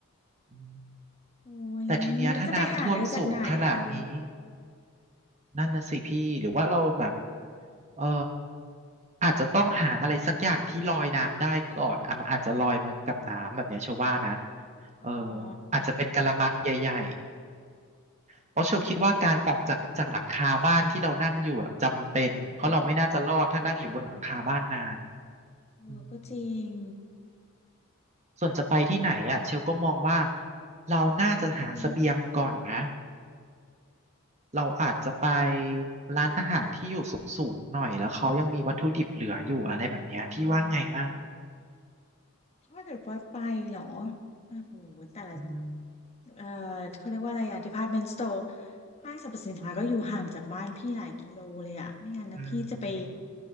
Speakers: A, on the right (about 30°); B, on the left (about 30°).
A: อืม
B: โอ้ย
A: แต่ทีเนี้ยถ้าน้ำท่วมสูงขนาดนี้
B: จะไปหาเลยจากไหนอะเธอ
A: นั่นนะสิพี่หรือว่าเราแบบเอออาจจะต้องหาอะไรสักอย่างที่ลอยน้ำได้ก่อนอ่ะมันอาจจะลอยมากับน้ำแบบเนี้ยเชลว่านะ
B: อ๋อหอ
A: เอออาจจะเป็นกะละมังใหญ่ เพราะเชลคิดว่าการออกจากจากหลังคาบ้านที่เรานั่งอยู่อะจำเป็นเพราะเราไม่น่าจะรอดถ้านั่งอยู่บนหลังคาบ้านนาน
B: โอเคอืมเออก็จริง
A: อืมส่วนจะไปที่ไหนอ่ะเชลก็มองว่าเราน่าจะหาเสบียงก่อนนะ
B: อืม
A: เราอาจจะไปร้านอาหารที่อยู่สูงสูงหน่อยแล้วเขายังมีวัตถุดิบเหลืออยู่อะไรแบบเนี้ยพี่ว่าไงมั่ง
B: อืมถ้าเกิดว่าไปเหรอโอ้โหแต่ละ
A: อืม
B: เออเขาเรียกว่าอะไรอะ department store ห้างสรรพสินค้าก็อยู่ห่างจากบ้านพี่หลายกิโลเลยอะไม่งั้นนะพี่จะไป
A: อืม